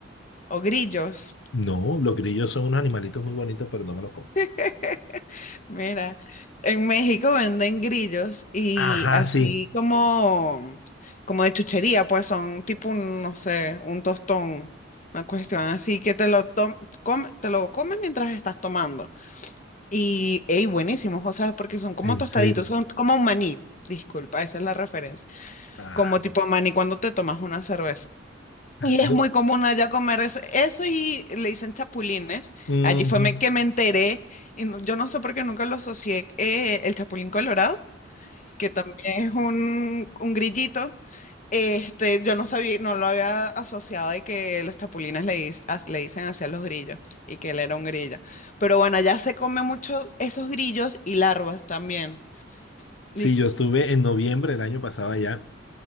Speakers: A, on the left; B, on the left.
A: o grillos?
B: No, los grillos son unos animalitos muy bonitos, pero no me los como.
A: <laughs> Mira, en México venden grillos y
B: Ajá,
A: así
B: sí,
A: como, como de chuchería, pues son tipo un, no sé, un tostón, una cuestión así que te lo, tom- come- te lo comes mientras estás tomando. Y, ey, buenísimos, o sea, porque son como
B: en
A: tostaditos,
B: serio.
A: son como un maní, disculpa, esa es la referencia,
B: Ajá.
A: como tipo maní cuando te tomas una cerveza. Y es
B: No,
A: muy común allá comer eso, eso y le dicen chapulines,
B: ujú.
A: allí fue me- que me enteré, y no- yo no sé por qué nunca lo asocié, eh, el chapulín colorado, que también es un, un grillito. Este, yo no sabía, no lo había asociado de que los chapulines le, dis- as- le dicen hacia los grillos y que él era un grillo. Pero bueno, allá se come mucho esos grillos y larvas también.
B: Sí,
A: Y
B: yo estuve en noviembre del año pasado allá